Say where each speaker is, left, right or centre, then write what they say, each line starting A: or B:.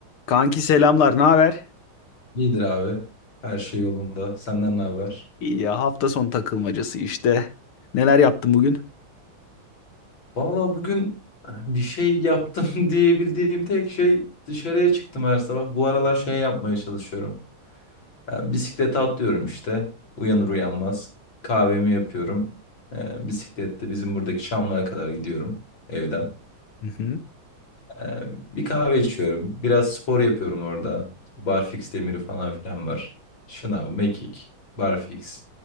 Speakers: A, on the left; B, on the left.
A: Kanki selamlar, ne haber?
B: İyidir abi. Her şey yolunda. Senden ne haber?
A: İyi ya hafta sonu takılmacası işte. Neler yaptın bugün?
B: Valla bugün eh, bir şey yaptım <laughs> diyebildiğim tek şey dışarıya çıktım her sabah. Bu aralar şey yapmaya çalışıyorum. Yani bisiklete atlıyorum işte. Uyanır uyanmaz. Kahvemi yapıyorum. Ee, bisiklette bizim buradaki Çamlı'ya kadar gidiyorum evden.
A: Hı hı.
B: Ee, bir kahve içiyorum. Biraz spor yapıyorum orada. İşte Barfix demiri falan filan var. Şınav, mekik, barfix.